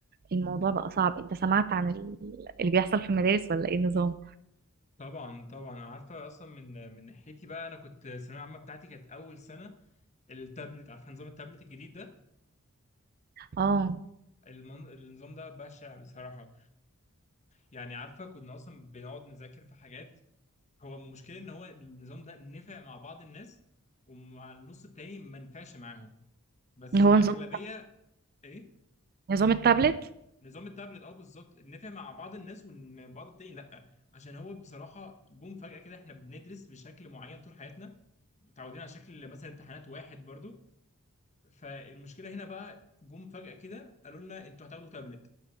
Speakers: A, on the right; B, on the left.
A: الموضوع بقى صعب انت سمعت عن ال- اللي بيحصل في المدارس ولا ايه نظام
B: طبعا طبعا أنا عارفه اصلا من من ناحيتي بقى انا كنت الثانويه العامه بتاعتي كانت اول سنه التابلت عارفه نظام التابلت الجديد ده
A: اه
B: المن... النظام ده بشع بصراحه يعني عارفه كنا اصلا بنقعد نذاكر في حاجات هو المشكله ان هو النظام ده نفع مع بعض الناس ومع النص التاني ما نفعش معاهم بس
A: اللي هو
B: الاغلبيه
A: نظام
B: ايه
A: نظام التابلت
B: نظام التابلت اه بالظبط نفع مع بعض الناس وبعض التاني لا عشان هو بصراحه جم فجاه كده احنا بندرس بشكل معين طول حياتنا متعودين على شكل مثلا امتحانات واحد برضو فالمشكله هنا بقى جم فجاه كده قالوا لنا انتوا هتاخدوا تابلت